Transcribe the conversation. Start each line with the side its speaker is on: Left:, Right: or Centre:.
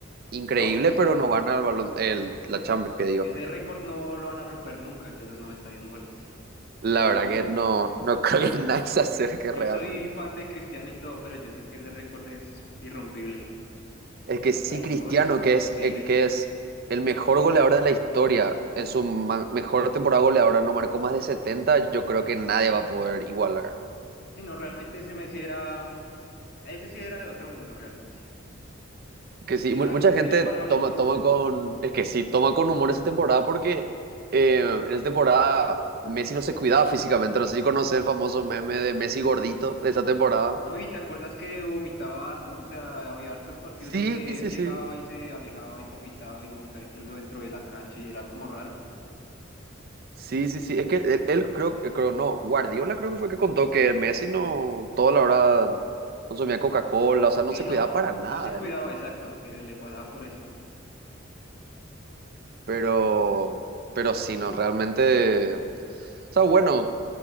Right: increíble,
Left: No, pues
Right: pero no gana el balón, el, la Champions, que digo.
Left: ese récord no lo van a romper nunca, el de los 91 goles.
Right: La
Left: Y
Right: verdad
Left: yo,
Right: que no, no <laughs> creo que nadie se acerque
Left: yo
Right: realmente.
Left: soy fan de Cristiano y todo, pero yo sé que ese récord es irrompible.
Right: Es que
Left: 91
Right: sí, Cristiano,
Left: goles, imposible.
Right: que es, eh, que es el mejor goleador de la historia, en su ma- mejor temporada goleadora no marcó más de setenta yo creo que nadie va a poder igualar.
Left: sí no, realmente ese Messi era, ese sí era de otro mundo realmente.
Right: Que sí, mu-
Left: Era,
Right: mucha gente
Left: era imparable.
Right: toma, toma con, es que sí, toma con humor esa temporada porque eh, en esa temporada Messi no se cuidaba físicamente. No sé si conoces el famoso meme de Messi gordito de esa temporada.
Left: No, y te acuerdas que vomitaba harto, o sea, había hartos partidos
Right: Sí,
Left: donde
Right: sí,
Left: él llegaba
Right: sí.
Left: y se alejaba y vomitaba y vomitaba incluso dentro de la cancha y era como raro.
Right: Sí, sí, sí. Es que él, él creo, eh, creo, no, Guardiola creo que fue que contó que Messi no, toda la hora consumía Coca-Cola, o sea, no
Left: Sí,
Right: se
Left: no,
Right: cuidaba para nada
Left: no se cuidaba,
Right: él.
Left: exacto, pero le pasaba por eso.
Right: Pero, pero sí, no, realmente. O sea, bueno,